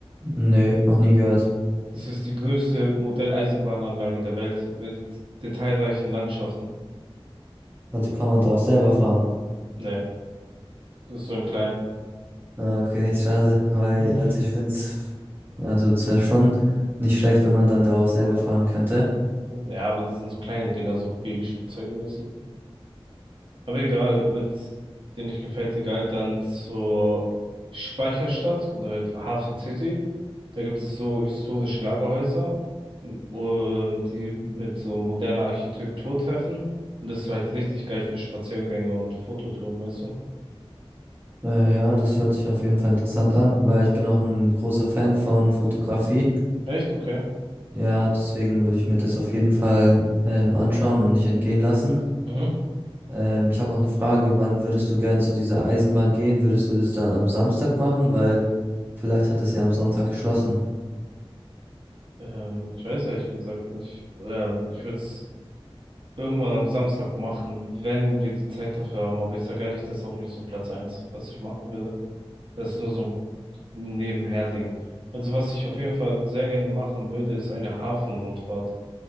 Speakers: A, on the right; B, on the right.
A: nö, noch nie gehört.
B: Das ist die größte Modelleisenbahnanlage der Welt mit detailreichen Landschaften.
A: Also kann man da auch selber fahren.
B: Ne, das ist so ein klein.
A: Ah, Okay, <laughs> schade, weil,
B: <laughs>
A: also ich finde es, also es wäre schon nicht schlecht, wenn man dann da auch selber fahren könnte.
B: Ja, aber das sind so kleine Dinger, so Babyspielzeuge mäßig. Aber egal, wenn es dir nicht gefällt, egal, dann zur Speicherstadt oder halt Hafen City. Da gibt es so historische Lagerhäuser, ähm, die mit so moderner Architektur treffen. Und das ist halt richtig geil für Spaziergänge und Fototouren, weißt du?
A: Äh, ja, das hört sich auf jeden Fall interessant an, weil ich bin auch ein großer Fan von Fotografie.
B: Echt? Okay.
A: Ja, deswegen würde ich mir das auf jeden Fall ähm, anschauen und nicht entgehen lassen.
B: Mhm.
A: Ähm, ich habe noch eine Frage, wann würdest du gern zu dieser Eisenbahn gehen? Würdest du das dann am Samstag machen? Weil vielleicht hat es ja am Sonntag geschlossen.
B: Ähm, ich weiß ehrlich gesagt nicht. Ähm, ich würde es irgendwann am Samstag machen, wenn wir die Zeit dafür haben. Aber ich sage ehrlich, das ist auch nicht so Platz eins, was ich machen würde. Das ist nur so ein Nebenherding. Also was ich auf jeden Fall sehr gerne machen würde, ist eine Hafenrundfahrt